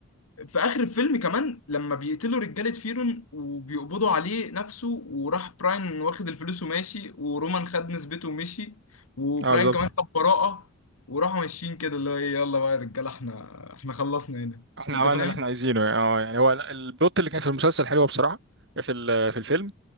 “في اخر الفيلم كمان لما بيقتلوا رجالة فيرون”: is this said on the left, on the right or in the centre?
Left